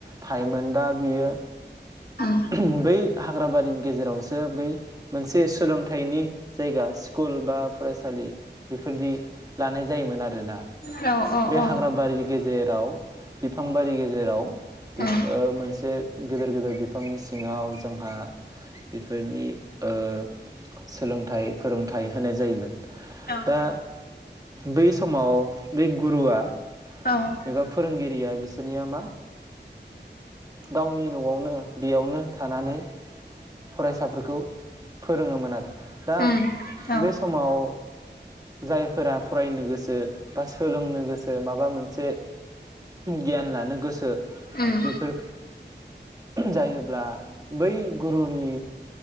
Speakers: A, on the right (about 20°); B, on the left (about 55°).
A: थायोमोन दा बियो
B: उम
A: <unintelligible> बेै हाग्राबारिनि गेजेरावसो बै मोनसे सोलोंथाइनि जायगा स्कुल बा फरायसालि बेफोरदि लानाय जायोमोन आरोना
B: औ औ
A: बे
B: औ
A: हाग्राबारि गेजेराव बे बिफांबारि गेजेराव ओ
B: उम
A: मोनसे गेदेर गेदेर बिफांनि सिङाव जोंहा बेफोरनि ओ सोलोंथाइ फोरोंथाइ होनाय जायोमोन।
B: औ
A: दा बै समाव बे गुरुआ एबा
B: औ
A: फोरोंगिरिया बेसे बिनिया मा गावनि नआवनो बेयावनो थानानै फरायसाफोरखौ फोरोङोमोन आरो। दा
B: उम औ
A: बे समाव जायफोरा फरायनो गोसो बा सोलोंनो गोसो माबा मोनसे गियान लानो गोसो
B: उम
A: बेफोर जायोब्ला बै गुरुनि